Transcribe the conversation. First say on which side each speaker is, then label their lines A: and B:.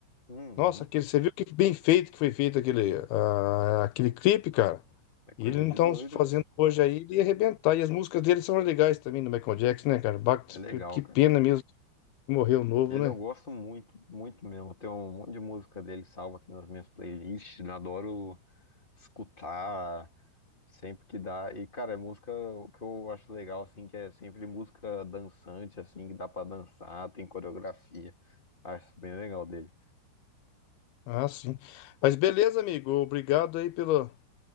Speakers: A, on the left; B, on the left.
A: uhum,
B: Nossa, aquele, você viu que bem feito que foi feito aquele, ah, aquele clipe, cara?
A: é coisa
B: E ele então
A: de doido.
B: fazendo hoje aí, ele ia arrebentar. E as músicas dele são legais também, do Michael Jackson, né, cara? Bach,
A: É legal,
B: que
A: cara.
B: pena mesmo que morreu novo,
A: Ele
B: né?
A: eu gosto muito, muito mesmo. Eu tenho um monte de música dele salva aqui nas minhas playlists. Eu adoro escutar sempre que dá. E, cara, é música o que eu acho legal, assim, que é sempre música dançante, assim, que dá pra dançar, tem coreografia. Acho isso bem legal dele.
B: Ah, sim. Mas beleza, amigo. Obrigado aí pela,